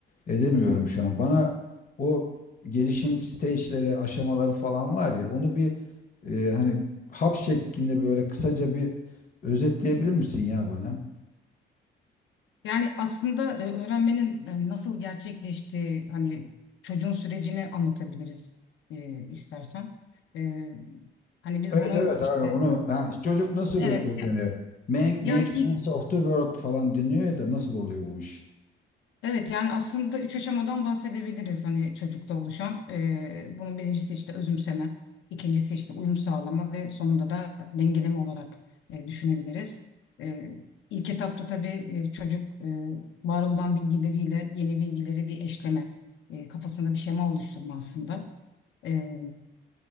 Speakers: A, on the left; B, on the left.
A: edemiyorum şu an. Bana o gelişim stage'lere, aşamaları falan var ya onu bir e, hani hap şeklinde böyle kısaca bir özetleyebilir misin ya bana?
B: Yani aslında e, öğrenmenin e, nasıl gerçekleştiği hani çocuğun sürecini anlatabiliriz e, istersen. E, hani biz
A: Evet
B: bunu
A: evet
B: işte
A: abi onu ha, çocuk nasıl
B: evet
A: ö- öğreniyor? Make,
B: yani
A: make
B: ilk
A: sense of the world falan deniyor ya da nasıl oluyor bu iş?
B: Evet yani aslında üç aşamadan bahsedebiliriz hani çocukta oluşan. Ee, bunun birincisi işte özümseme, ikincisi işte uyum sağlama ve sonunda da dengeleme olarak e, düşünebiliriz. Ee, ilk etapta tabii e, çocuk e, var olan bilgileriyle yeni bilgileri bir eşleme, e, kafasında bir şema oluşturma aslında. Ee,